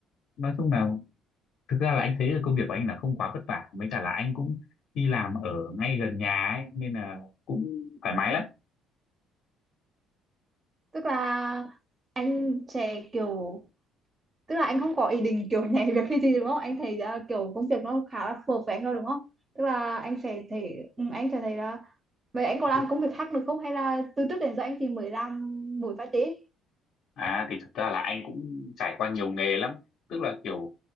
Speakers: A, on the left; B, on the right.
A: nói chung là thực ra là anh thấy là công việc của anh là không quá vất vả với cả là anh cũng đi làm ở ngay gần nhà ấy nên là cũng thoải mái lắm
B: tức là anh sẽ kiểu tức là anh không có ý định kiểu <laughs> nhảy việc hay gì đúng không anh thấy là kiểu công việc nó khá là phù hợp với anh rồi đúng không tức là anh sẽ thấy ừ, anh sẽ thấy là vậy anh có làm
A: Ừ.
B: công việc khác được không hay là từ trước đến giờ anh thì mới làm mỗi pha chế
A: À thì thực ra là anh cũng trải qua nhiều nghề lắm, tức là kiểu